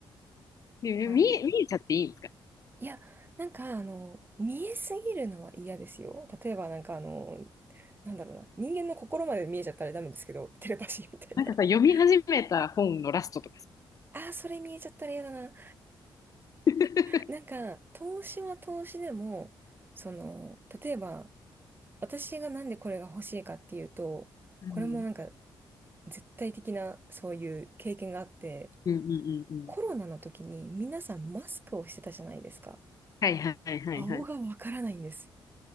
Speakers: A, on the left; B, on the right.
A: う。で、
B: あの
A: 見え、見えちゃっていいんですか
B: いや、なんか、あの、見えすぎるのは嫌ですよ。例えば、なんか、あの、なんだろうな。人間の心まで見えちゃったらダメですけど、テレパシーみたいな。
A: なんかさ、
B: <laughs>
A: 読み始めた本のラストとかさ。
B: ああ、それ見えちゃったら嫌だな。
A: <laughs>
B: なんか、投資は投資でも、その、例えば、私がなんでこれが欲しいかっていうと、
A: うん。
B: これもなんか、絶対的な、そういう経験があって、
A: うんうんうんうん。
B: コロナの時に皆さんマスクをしてたじゃないですか。
A: はいはいはいはい。
B: 顔がわからないんです。